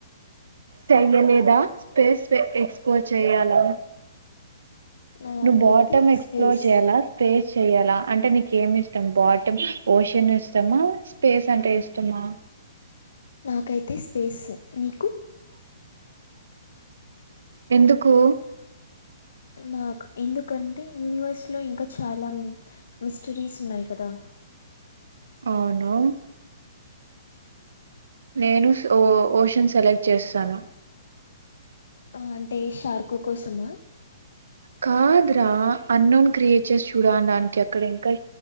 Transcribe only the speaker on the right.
చెయ్యలేదా స్పేస్ ఎక్స్ప్లోర్ చెయ్యాలా?
నువ్ బాటమ్ ఎక్స్ప్లోర్
చేయ్యాలా స్పేస్ చెయ్యాలా అంటే నీకేమి ఇష్టం బాటమ్ ఓషన్ ఇష్టమా? స్పేస్ అంటే ఇష్టమా?
ఎందుకు?
అవునా? నేను సో ఓ ఓషన్ సెలెక్ట్ చేస్తాను.
కాదు రా అన్నోన్ క్రియేచర్స్ చూడడానికి అక్కడ ఇంకా